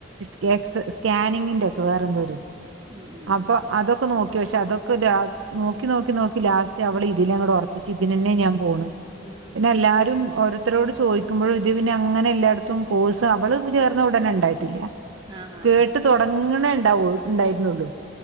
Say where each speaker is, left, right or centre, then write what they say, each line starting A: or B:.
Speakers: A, on the right; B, on the right.
A: സ്ക്കേട്സ് സ്കാനിങ്ങിന്റെ ഒക്കെ വേറെന്തോരിത്
B: ഉം
A: അപ്പൊ അതൊക്കെ നോക്കി പക്ഷെ അതൊക്കെ നോക്കി നോക്കി നോക്കി ലാസ്റ്റ് അവള് ഇതിലങ്ങട്റപ്പിച്ച് ഇതിനന്നെ ഞാൻ പോണ്
B: ഉം ഉം ഉം.
A: പിന്നെല്ലാരും ഓരോരുത്തരോട് ചോദിക്കുമ്പോഴും ഇത് പിന്നെ അങ്ങനെ എല്ലായിടത്തും കോഴ്സ് അവള് ത് ചേർന്ന ഉടനെ ഉണ്ടായിട്ടില്ല
B: ആ ആ
A: കേട്ട് തൊടങ്ങണേ ഉണ്ടാവൂ ഉണ്ടായിരുന്നുള്ളു